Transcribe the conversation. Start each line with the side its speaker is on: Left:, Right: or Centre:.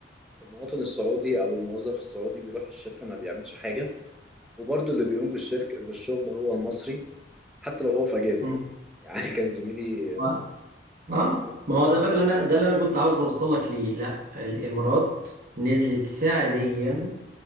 Centre: المواطن السعودي او الموظف السعودي بيروح الشركة ما بيعملش حاجة وبرضو اللي بيقوم بالشركة بالشغل هو المصري حتى لو هو في اجازه
Right: مم.
Centre: يعني كان زميلي
Right: اه آه.
Centre: بس
Right: ما هو ده بقى اللي انا ده اللي انا كنت عاوز اوصل لك ليه لا الامارات نزلت فعليا